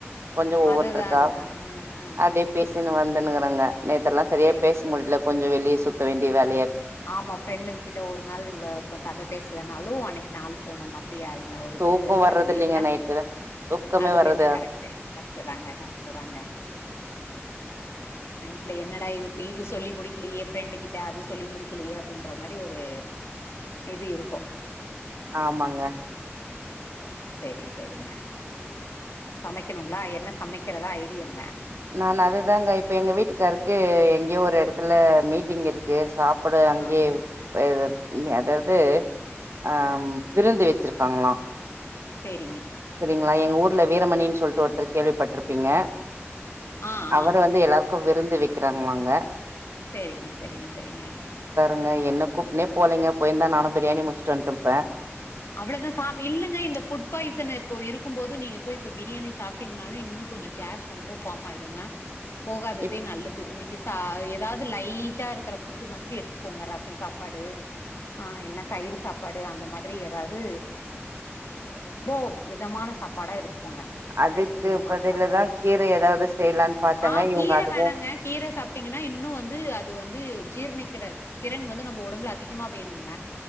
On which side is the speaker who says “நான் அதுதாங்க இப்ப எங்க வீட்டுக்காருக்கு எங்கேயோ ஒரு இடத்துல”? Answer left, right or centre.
Right